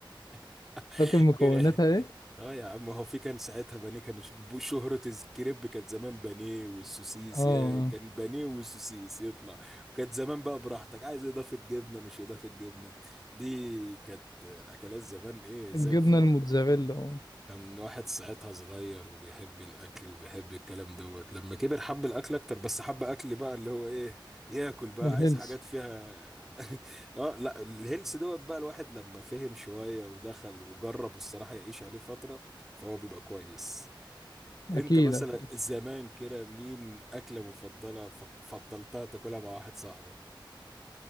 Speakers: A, in the centre; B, on the left.
A: <laughs>
B: فاكر مكوناتها
A: كان-
B: ايه
A: اه يا عم هو في كان ساعتها بانيه كان ش- شهرة الكريب كان زمان بانيه والسوسيس
B: اه آه.
A: يا كان بانيه والسوسيس يطلع وكانت زمان بقى براحتك عايز اضافة جبنة مش اضافة جبنة دي كانت اكلات زمان ايه زي
B: الجبنه
A: الفل
B: الموتزاريلا اه
A: كان واحد ساعتها صغير وبيحب الاكل وبيحب الكلام دوت لما كبر حب الاكل اكتر بس حب اكل بقى اللي هو ايه ياكل بقى
B: الهيلث
A: عايز حاجات فيها <laughs> اه لا الهيلث دوت بقى الواحد لما فهم شوية ودخل وجرب الصراحة يعيش عليه فترة فهو بيبقى كويس
B: اكيد
A: انت مثلا
B: اكيد
A: زمان كده مين اكلة مفضلة ف- فضلتها تاكلها مع واحد صاحبك